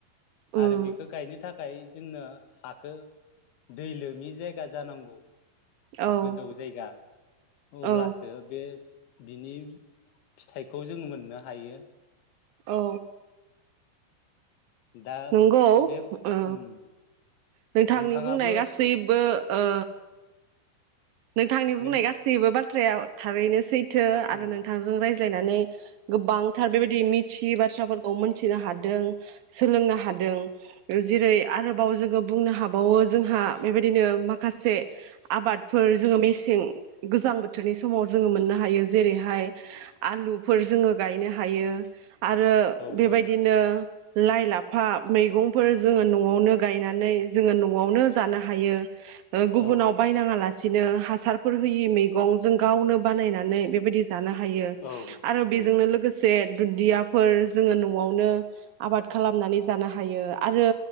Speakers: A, on the right (about 70°); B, on the left (about 80°).
A: उम
B: आरो बेखौ गायनो था खाय जोंनो हाखो दै लोमि जायगा जानांगौ
A: औ
B: गोजौ जायगा अब्लासो
A: औ
B: बे बिनि फिथाइखौ जोङो मोननो हायो
A: औ
B: दा
A: नंगौ
B: बे
A: ओ
B: उम
A: नोंथांनि
B: नोंथाङाबो
A: बुंनाय गासैबो ओ नोंथांनि
B: नों
A: बुंनाय गासैबो बा थ्रायाव थारैनो सै थो
B: उम
A: आरो नोंथांजों राय ज्लायनानै गोबांथार बेबायदि मिथियै बाथ्राफोरखौ मोनथिनो हादों सोलोंनो हादों जेरै आरोबाव जोङो बुंनो हाबावो जोंहा बेबायदिनो माखासे आबाद फोर जोङो मेसें गोजां बोथोरनि समाव जोङो मोननो हायो जेरैहाय आलुफोर जोङो गायनो हायो आरो
B: औ
A: बेबायदिनो
B: औ
A: लाइ लाफा मैगंफोर जोङो न'आवनो गायनानै जोङो न'आवनो जानो हायो ओ गुबुनाव
B: औ
A: बायनाङा ला सिनो हासारफोर होयि मैगं जों गावनो बानायनानै बेबायदि जानो हायो
B: औ
A: आरो बेजोंनो
B: औ
A: लोगोसे दुन्दियाफोर जोङो न'आवनो आबाद खालामनानै जानो हायो आरो